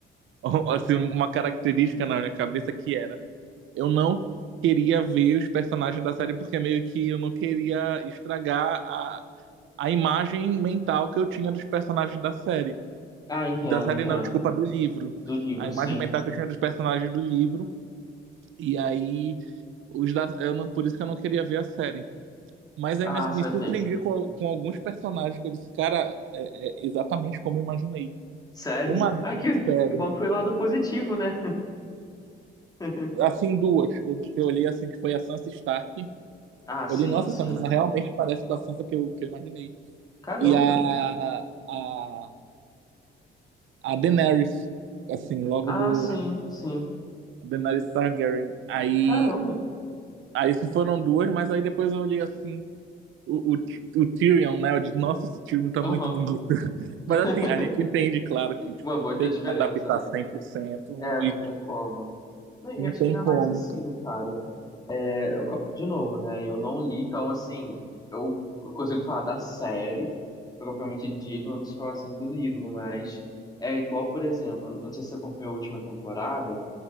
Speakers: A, on the right; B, on the left.
A: <laughs> assim, uma característica na minha cabeça que era, eu não queria ver os personagens da série porque meio que eu não queria estragar a, a imagem mental que eu tinha dos personagens da série.
B: Ah, entendo,
A: Da série
B: entendo.
A: não, desculpa, do livro.
B: Do livro,
A: A imagem
B: sim.
A: mental que eu tinha dos personagens do livro. E aí, os da, eu não, por isso que eu não queria ver a série. Mas aí
B: Ah,
A: me, me
B: saquei.
A: surpreendi com, al- com alguns personagens que eu disse, cara, é, é exatamente como eu imaginei.
B: Sério?
A: Uma,
B: <laughs> Ah, que,
A: sério,
B: que bom que foi um lado positivo, né? <laughs>
A: assim, duas, que eu, que eu olhei assim, que foi a Sansa Stark.
B: Ah,
A: Eu
B: sim,
A: olhei, nossa,
B: sim.
A: essa menina realmente parece com a Sansa que eu, que eu imaginei.
B: Caramba.
A: E a, a, a Daenerys, assim, logo
B: Ah,
A: do
B: sim, sim.
A: Daenerys Targaryen. Aí,
B: Caramba.
A: aí isso foram duas, mas aí depois eu olhei assim. O, o, o Tyrion, né? Eu digo, nossa, esse Tyrion tá
B: Aham.
A: muito bonito. <laughs> Mas
B: <laughs>
A: assim, a gente entende, claro, que tipo,
B: Uma boa
A: não
B: diferença,
A: tem como adaptar
B: né?
A: 100%
B: É,
A: e
B: não tem como. Não, e
A: não
B: acho
A: tem
B: que ainda
A: como.
B: mais assim, cara. Eu co- de novo, né? Eu não li, então, assim, eu eu consigo falar da série, propriamente dito, eu não consigo falar, assim, do livro, mas é igual, por exemplo, não sei se você acompanhou a última temporada,